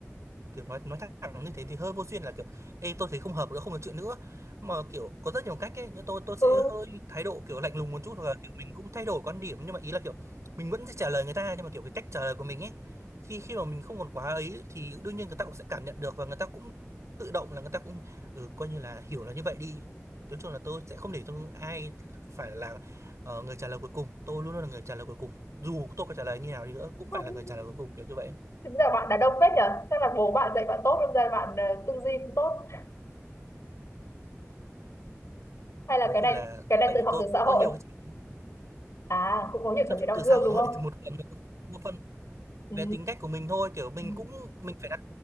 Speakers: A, on the right; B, on the left.
A: Kiểu nói nói thẳng như thế thì hơi vô duyên là kiểu ê tôi thấy không hợp nữa, không nói chuyện nữa. Mà kiểu có rất nhiều cách ấy, nhưng tôi tôi
B: Ừ.
A: sẽ hơi thái độ kiểu lạnh lùng một chút hoặc là kiểu mình cũng thay đổi quan điểm nhưng mà ý là kiểu mình vẫn sẽ trả lời người ta nhưng mà kiểu cái cách trả lời của mình ấy thì khi mà mình không còn quá ấy thì đương nhiên người ta cũng sẽ cảm nhận được và người ta cũng tự động là người ta cũng ừ, coi như là hiểu là như vậy đi. Nói chung là tôi sẽ không để cho ai phải là ờ, người trả lời cuối cùng. Tôi luôn luôn là người trả lời cuối cùng. Dù tôi có trả lời như nào đi nữa
B: <laughs>
A: cũng phải là người trả lời cuối cùng kiểu như vậy.
B: Thực ra bạn đàn ông phết nhở? Chắc là bố bạn dạy bạn tốt đâm ra bạn ờ, tư duy cũng tốt. Hay là
A: nói
B: cái
A: chung
B: này
A: là
B: cái này
A: tại
B: tự
A: vì
B: học
A: tôi
B: từ
A: cũng
B: xã
A: có
B: hội.
A: nhiều cái trải nghiệm
B: À cũng có nhiều
A: nói
B: trải nghiệm
A: chung
B: đau
A: từ xã
B: thương
A: hội
B: đúng không?
A: <laughs> một phần một phần
B: Ừ.
A: về tính cách của mình thôi kiểu mình
B: ừ.
A: cũng mình phải đặt